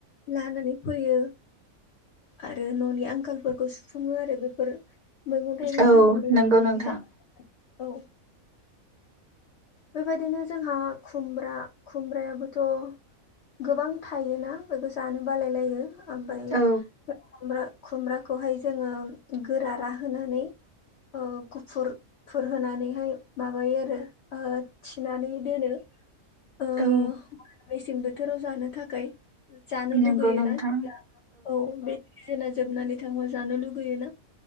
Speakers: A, on the left (about 60°); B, on the right (about 50°).
A: लानानै फैयो आरो न'नि आंखालफोरखौ सुफुङो आरो बेफोर मैगं थाइगं
B: औ
A: फाननानै
B: नंगौ
A: फैसा
B: नोंथां
A: <unintelligible> औ बेबायदिनो जोंहा खुमब्रा खुमब्रायाबोथ' गोबां थायोना बेखौ जानो बालाय लायो ओमफ्राय
B: औ
A: खुमब्रा खुमब्राखौहाय जोङो गोरा रां होनानै गुफुरफोर होनानैहाय माबायो आरो थिनानै दोनो ओ
B: औ
A: मेसें बोथोराव जानो थाखाय जानो
B: नंगौ
A: लुगैयोना
B: नोंथां
A: अब्ला औ जोना जोबनानै थांबा जानो लुुबैय ना